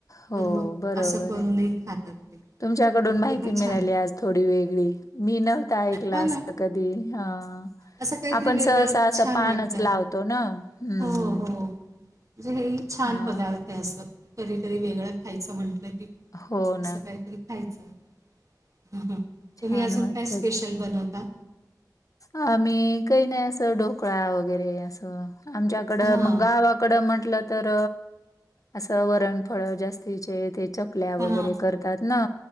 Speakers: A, on the left; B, on the right.
A: हो,
B: तर मग
A: बरोबर
B: असं करूनही
A: आहे.
B: खातात ते
A: तुमच्याकडून
B: मग
A: माहिती
B: ते पण
A: मिळाली
B: छान
A: आज थोडी वेगळी मी नव्हत ऐकलं
B: हा
A: असं
B: ना
A: कधी हं
B: असं काहीतरी
A: आपण
B: वेगळं
A: सहसां असं
B: छान
A: पानचं
B: वाटतं
A: लावतो ना. हं.
B: हो हो म्हणजे हे छान
A: हां.
B: पदार्थ आहे असं कधीतरी वेगळं खायचं म्हटलं की
A: हो ना.
B: असं काय तरी खायचं
A: छान
B: तुम्ही अजून
A: वाटतं
B: काय स्पेशल
A: ते.
B: बनवता.
A: आम्ही काही नाही असं ढोकळा वगैरे असं आमच्याकड
B: हां
A: मग गावा कड म्हटलं तर असं वरणफळं जास्तीचे ते च चकल्या
B: हां
A: वगैरे करतात ना